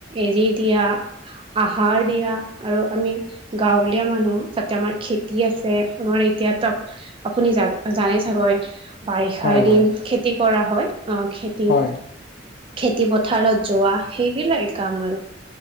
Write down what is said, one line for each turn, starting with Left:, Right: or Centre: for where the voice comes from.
Right: এৰি দিয়া আহাৰ দিয়া আৰু আমি গাঁৱলীয়া মানুহ যাতে আমাৰ খেতি আছে আমাৰ এতিয়াাতো আপুনি জাগ জানে চাগৈ। বাৰিষা
Left: হয়
Right: এ
Left: হয়
Right: দিন খেতি কৰা হয় আহ খেতি
Left: হয়
Right: খেতি পথাৰত যোৱা সেইগিলাক কাম আৰু।